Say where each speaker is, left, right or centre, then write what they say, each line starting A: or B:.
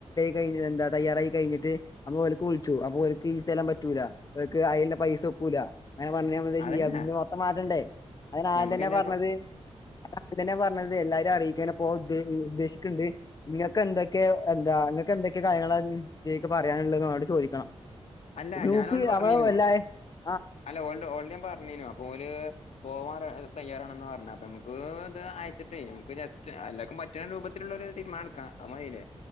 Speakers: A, on the left (about 35°); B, on the left (about 75°).
A: കഴിഞ്ഞ് <inaudible> എന്താ തയാറായി കഴിഞ്ഞിട്ട് നമ്മക്ക് വിളിച്ചു അപ്പൊ ഇവർക്ക് ഈ സ്ഥലം പറ്റൂല്ല അതിൻ്റെ <inaudible> <inaudible> അങ്ങനെ പറഞ്ഞപോലെ
B: അതല്ല
A: ചെയ്യ പിന്നെ മൊത്തം മാറ്റണ്ടേ അങ്ങന
B: ഞമ്മക്ക്
A: ആദ്യം തന്നെ
B: എല്ലാർക്കും
A: പറഞ്ഞത് അത് തന്നെയാ പറഞ്ഞത് എല്ലാ വിരും അറിയിക്കാന പോണുണ്ട് ഉദ്ദേശിക്കണ്ട് നിങ്ങൾക്ക് എന്തൊക്കെ എന്തൊക്കെയ എന്ത നിങ്ങൾക്ക് എന്തൊക്കെ കാര്യങ്ങള <inaudible> പറയാനുള്ളത് അവരോട് ചോദിക്കണം
B: അല്ല
A: ഗ്രൂപ്പിൽ
B: ഞാനോലോട് പറഞ്ഞീനു
A: അവൾ <inaudible>
B: അല്ല ഓളോട് ഓളോട് ഞാൻ പറഞ്ഞേനു അപ്പോ പോവാ തയ്യാറാണെന്നാ പറഞ്ഞത് അപ്പൊ നമുക്ക് ഇത് അയച്ചിട്ടേ നമുക്ക് ജസ്റ്റ് എല്ലാവർക്കും പറ്റുന്ന രൂപത്തിലുള്ള ഒരു തീരുമാനം എടുക്കാം അതു മതിയില്ലേ